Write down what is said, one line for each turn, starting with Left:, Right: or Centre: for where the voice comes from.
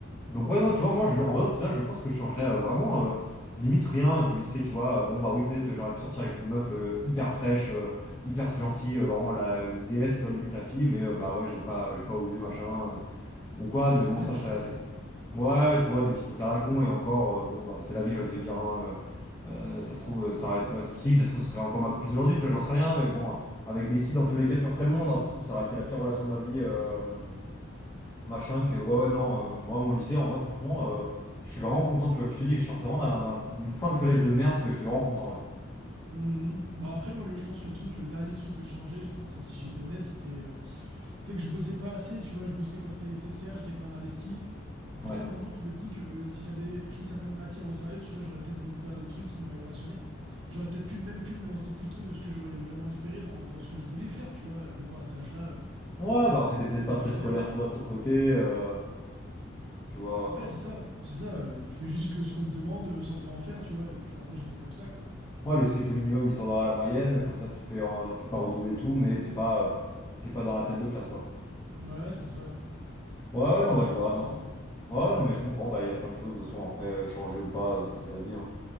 Left: donc ouais, non, tu vois, moi, je, en vrai, au final, je pense que je changerais euh, vraiment, euh, limite rien du lycée, tu vois. Bon, bah oui, peut-être euh, j'aurais pu sortir avec une meuf euh, hyper fraîche, euh, hyper gentille, euh, vraiment la, une déesse, tu vois, limite la fille, mais euh, bah ouais, j'ai pas, j'ai pas osé, machin, euh, ou quoi,
Right: Ouais,
Left: mais
Right: ce serait
Left: bon,
Right: ça
Left: ça,
Right: que tu
Left: ça,
Right: changerais
Left: c'est-
Right: quoi.
Left: Ouais, tu vois, des petits trucs à la con, et encore, euh, bon, bah c'est la vie, j'ai envie de te dire, hein, euh, euh, ça se trouve, euh, ça aurait été- bah, si, ça se trouve, ça serait encore ma copine aujourd'hui, tu vois, j'en sais rien, mais bon, avec des si, dans tous les cas, tu referais le monde, hein, ça se trouve, ça aurait été la pire relation de ma vie. euh, Machin que, ouais, ouais, non, euh, moi, mon lycée, en vrai, franchement, euh, je suis vraiment content, tu vois. Puis je te dis, je sortais vraiment d'un- d'un- d'une fin de collège de merde que j'étais vraiment content, ouais.
Right: Mhm. Bon après moi le, je pense que le truc le dernier truc que je changeais je pense hein, si j'étais honnête c'était euh, c'était que je bossais pas assez tu vois je bossais quand c'était nécessaire j'étais pas investi et pourtant
Left: Ouais.
Right: maintenant je me dis que euh, si j'avais pris certaines matières au sérieux tu vois j'aurais peut-être découvert des trucs qui m'auraient passionné j'aurais peut-être pu même pu me lancer plus tôt de ce que j'aurais vraiment espéré dans, dans ce que je voulais faire tu vois mais bon à cet âge-là euh,
Left: Ouais,
Right: bah
Left: bah
Right: tu
Left: après,
Right: sais quand
Left: t'es peut-être
Right: tu peux
Left: pas
Right: pas
Left: très
Right: faire
Left: scolaire,
Right: euh,
Left: toi, de ton côté, euh, tu vois.
Right: ouais c'est ça c'est ça euh, tu fais juste que ce qu'on te demande euh, sans trop en faire tu vois et puis bah, moi j'étais comme ça quoi
Left: Ouais, le strict minimum, histoire d'avoir la moyenne, comme ça, tu te fais, euh, fais pas redoubler et tout, mais t'es pas, euh, t'es pas dans la tête de classe, quoi.
Right: ouais c'est ça ouais,
Left: Ouais, ouais,
Right: Ouais,
Left: non, bah,
Right: je
Left: je vois,
Right: pense que
Left: non.
Right: c'est ça ouais.
Left: Ouais, non, mais je comprends, bah, il y a plein de choses, de toute façon, après, euh, changer ou pas, euh, ça, c'est la vie, hein.